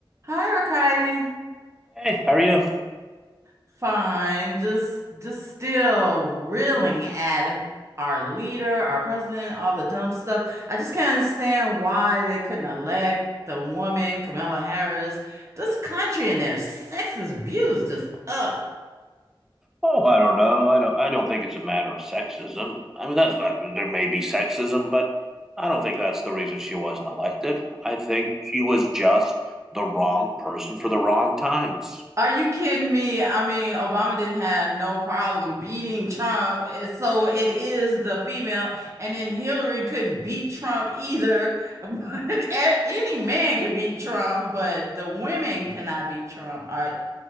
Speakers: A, on the right; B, in the centre.
A: Hi, Arkady.
B: Hey, how are you?
A: Fine. Just just still reeling at our leader, our president, all the dumb stuff. I just can't understand why they couldn't elect the woman, Kamala Harris. This country and their sexist views just ugh.
B: Oh, I don't know. I don't. I don't think it's a matter of sexism. I mean, that's I mean, there may be sexism, but I don't think that's the reason she wasn't elected. I think she was just the wrong person for the wrong times.
A: Are you kidding me? I mean, Obama didn't have no problem beating Trump. and So it is the female. And then Hillary couldn't beat Trump either. <laughs> But a- any man can beat Trump, but the women cannot beat Trump. Are,